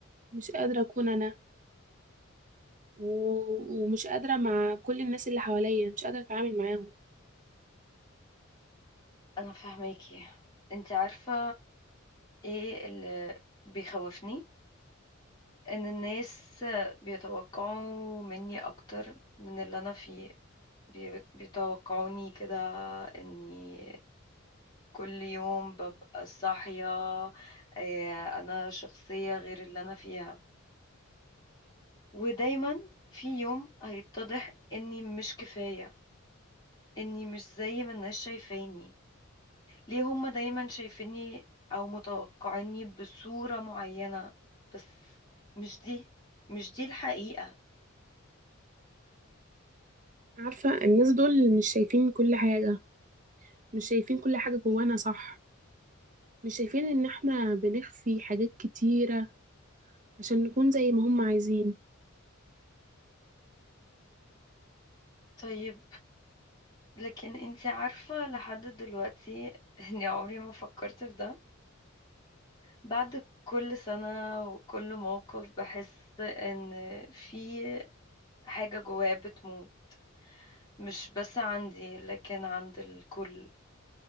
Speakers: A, on the right; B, on the left.
A: مش قادرة أكون أنا و... ومش قادرة مع كل الناس اللي حواليا مش قادرة أتعامل معاهم
B: أنا فاهماكي أنت عارفة إيه اللي بيخوفني إن الناس بيتوقعوا مني أكتر من اللي أنا فيه بي- بيتوقعوني كده إني كل يوم ببقى صاحية آه، أنا شخصية غير اللي أنا فيها ودايما في يوم هيتضح اني مش كفاية اني مش زي ما الناس شايفاني ليه هما دايما شايفيني او متوقعيني بصورة معينة بس مش دي مش دي الحقيقة
A: عارفة الناس دول مش شايفين كل حاجة مش شايفين كل حاجة جوانا صح مش شايفين ان احنا بنخفي حاجات كتيرة عشان نكون زي ما هم عايزين
B: طيب لكن انتي عارفة لحد دلوقتي <laughs> اني عمري ما فكرت في ده بعد كل سنة وكل موقف بحس ان في حاجة جوايا بتموت مش بس عندي لكن عند الكل